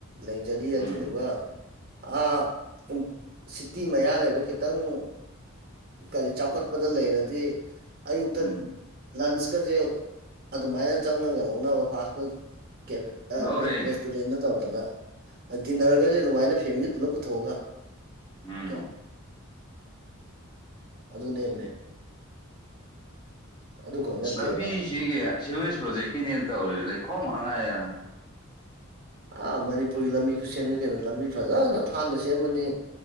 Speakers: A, on the right; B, on the left.
A: ꯂꯩꯖꯔꯤ
B: ꯎꯝ
A: ꯑꯗꯨꯗꯨꯒ ꯑꯥ ꯏꯝ ꯁꯤꯇꯤ ꯃꯌꯥ ꯂꯩꯕ ꯈꯤꯇꯪ ꯀꯔꯤ ꯆꯥꯎꯈꯠꯄꯗ ꯂꯩꯔꯗꯤ ꯑꯌꯨꯛꯇ
B: ꯎꯝ
A: ꯂꯟꯁꯀꯖꯦ ꯑꯗꯨꯃꯥꯏꯅ ꯆꯪꯉꯒ ꯂꯧꯅꯕ ꯐꯥꯔ꯭ꯁ ꯐꯨꯠ ꯀꯦꯐꯦ
B: ꯂꯧꯔꯦ
A: ꯑꯥ ꯔꯦ ꯔꯦꯁꯇꯨꯔꯦꯟꯗ ꯇꯧꯗꯅ ꯗꯤꯟꯅꯔꯒꯖꯦ ꯑꯗꯨꯃꯥꯏꯅ ꯐꯦꯃꯤꯂꯤ ꯄꯨꯂꯞ ꯄꯨꯊꯣꯛꯑꯒ
B: ꯎꯝ
A: ꯑꯀꯦ ꯑꯗꯨꯅꯦꯝꯅꯦ ꯑꯗꯨꯈꯛ ꯅꯠꯇꯦꯕ
B: ꯂꯝꯕꯤꯁꯤꯒꯤ ꯁꯤꯋꯦꯁ ꯄ꯭ꯔꯣꯖꯦꯛꯀꯤꯅꯦꯅ ꯇꯧꯔꯤ ꯂꯩꯈꯣꯝ ꯉꯥꯛ ꯉꯥꯏꯔꯦꯅ
A: ꯑꯥ ꯃꯅꯤꯄꯨꯔꯒꯤ ꯂꯝꯕꯤ ꯈꯨ ꯁꯦꯝꯅꯤ ꯀꯩꯅꯣ ꯂꯝꯕꯤ ꯐꯖꯅ ꯊꯥꯟꯅ ꯁꯦꯝꯃꯅꯤ